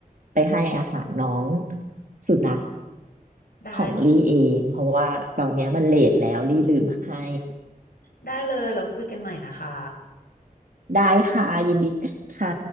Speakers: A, on the right; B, on the left.
A: ไปให้อาหารน้องสุนัข
B: ได้
A: ของลี่เองเพราะว่าตอนเนี้ยมันเลทแล้วลี่ลืมให้
B: ได้เลยเราคุยกันใหม่นะคะ
A: <laughs> ได้ค่ะยินดีค่ะ